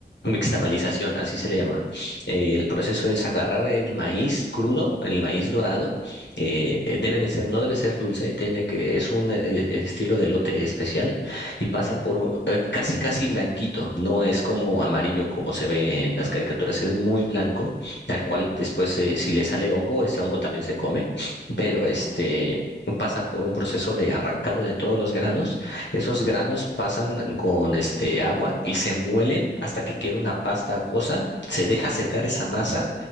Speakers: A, on the left (about 75°); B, on the right (about 55°).
A: mixtamalización, así se le llama. Eh, el proceso es agarrar el maíz crudo, el maíz dorado, eh, eh, debe de ser, no debe ser dulce, tiene que, es un eh, eh, estilo de lote especial y
B: ¿vale?
A: pasa por un- eh, casi casi blanquito, no es como amarillo como se ve en las caricaturas, es muy blanco al
B: Ya,
A: cual después eh, si le sale hongo, ese hongo también se come, pero este
B: wow.
A: pasa por un proceso de arrancado de todos los granos. Esos granos pasan con este agua y se muelen hasta que queda una pasta acuosa, se deja
B: Claro,
A: secar esa masa